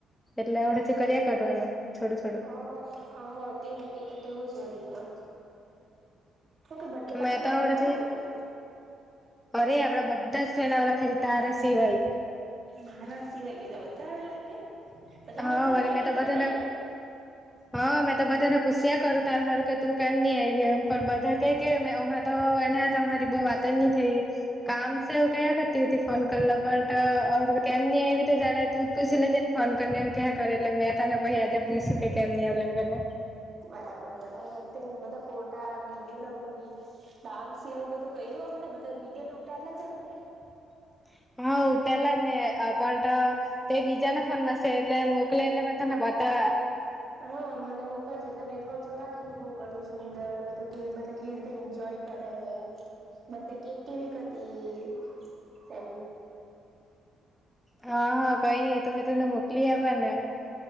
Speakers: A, in the centre; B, on the right (about 45°).
A: એટલે ઓડેથી કર્યા કરવાનું છોડો છોડો
B: હા હા તે ના તે તો તેવું જ ભરીના બર્થડે પાર્ટી
A: મેં
B: માં
A: તો
B: કોણ
A: હવડેથી
B: કોણ આવેલું
A: અરે આપડા બધા જ સનાવાલા ખાલી તારે સિવાય
B: મારા સિવાય ગીધ બધા આવે લ કે તો તો
A: હા
B: મજા
A: વરી
B: જ આવી
A: મેં તો બધાને
B: હે ને
A: હા મેં તો બધાને પૂછ્યા કરું તાર સારું કે તું કેમ નહી આવી એમ પણ બધા ક કે હમણાં તો એને અમારી બહ વાત થઈ કામ સું કયા કરતી હોતી ફોન કર પણ કેમ આવીવી તો જા તું પછ લેજને ફોન કર કે કરે લ મે તને પછ આજે પૂછ સુકે કેમ ન લ કેને
B: બરાબર બરાબર તેને બધા ફોટા વિડીયોને પછી ડાન્સ ને એવું બધું કર્યું ને બધા વિડીયો ઉતાલા જ હ ને
A: <inaudible> ઉતેલા જ ને પણ તે બીજાને ફોનમાં સે એટલે મોકલે એટલે મેં તને બતાવા
B: હા મને મોકલજ એટલે મે હો જોવા કે એને હું કર્યુ સુંદરને બધું ખીરથી એજોય કતે બર્થડે કેક કેવી હતી તેમ
A: હા હા કઈ નઈ એ તો મે તમને મોકલી આપ્યા ને એમ